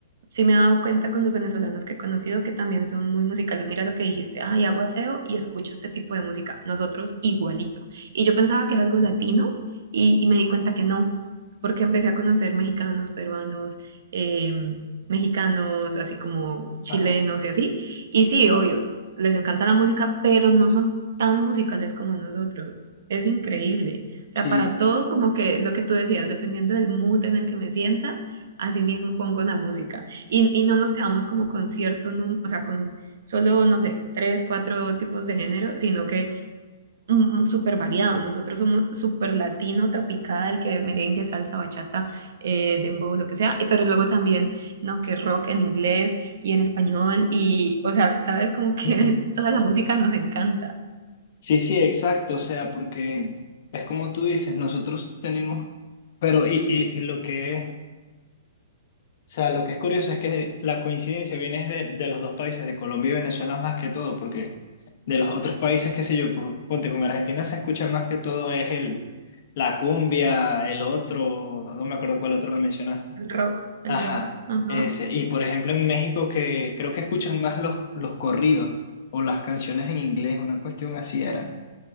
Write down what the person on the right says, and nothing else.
sí me he dado cuenta con los venezolanos que he conocido que también son muy musicales. Mira lo que dijiste, ay, hago aseo y escucho este tipo de música. Nosotros igualito. Y yo pensaba que era algo latino y, y me di cuenta que no, porque empecé a conocer mexicanos, peruanos, eh, mexicanos, así como chilenos
y así. Y sí, obvio, les encanta la música, pero no son tan musicales como nosotros. Es increíble. O sea,
para todo, como que lo que tú decías, dependiendo del mood en el que me sienta, así mismo pongo la música. Y, y no nos quedamos como con cierto número, o sea, con solo, no sé, tres, cuatro tipos de género, sino que mm, mm, súper variado. Nosotros somos súper latino, tropical, que merengue, salsa, bachata, eh, dembow, lo que sea, y- pero luego también, ¿no? Que rock en inglés y en español, y, o sea, sabes, como que
<laughs> toda la música nos encanta.
El rock, el
rock. Ajá.